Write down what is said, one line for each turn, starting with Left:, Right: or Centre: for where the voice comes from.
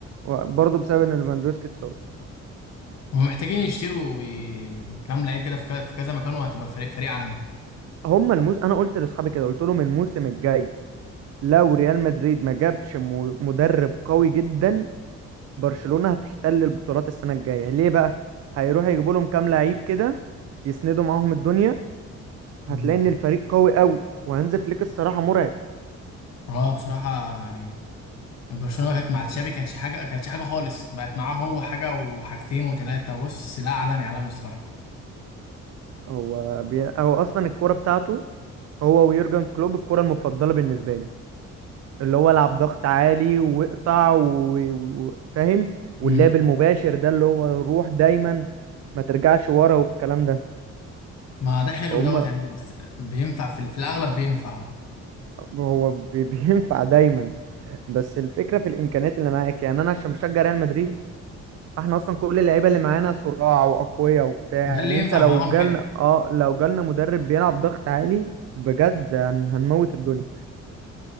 Right: برضو بسبب ان ليفاندوسكي اتصاب
Left: هم محتاجين يشتروا ي- كام لعيب كده في ك- في كذا مكان وهتبقى فريق فريق عالمي
Right: هما الموس انا قلت لاصحابي كده قلت لهم الموسم الجاي لو ريال مدريد ما جابش م- مدرب قوي جدا برشلونة هتحتل البطولات السنة الجاية ليه بقى هيروحوا يجيبوا لهم كام لعيب كده يسندوا معاهم الدنيا هتلاقي
Left: مم.
Right: ان الفريق قوي قوي وهانز فليك الصراحه مرعب
Left: اه بصراحة يعني برشلونة كانت مع تشافي كانتش حاجة كانتش حاجة خالص بقت معاه هو حاجة وحاجتين وتلاتة بص لا عالمي عالمي الصراحة
Right: هو بي... هو اصلا الكوره بتاعته هو ويورجن كلوب الكرة المفضلة بالنسبة لي اللي هو العب ضغط عالي واقطع وفاهم و... و- و- فاهم؟ واللعب
Left: مم.
Right: المباشر ده اللي هو روح دايما ما ترجعش ورا والكلام ده
Left: ما ده حلو
Right: فهم
Left: دوت يعني بس بينفع في, ال- في الأغلب بينفع
Right: هو بي... <laughs> بينفع دايما بس الفكرة في الإمكانيات اللي معاك يعني أنا عشان بشجع ريال مدريد فاحنا اصلا كل اللعيبه اللي معانا صراع واقوياء وبتاع يعني
Left: ده اللي ينفع
Right: انت لو
Left: معاهم
Right: جالنا
Left: كده
Right: اه لو جالنا مدرب بيلعب ضغط عالي بجد هن- هنموت الدنيا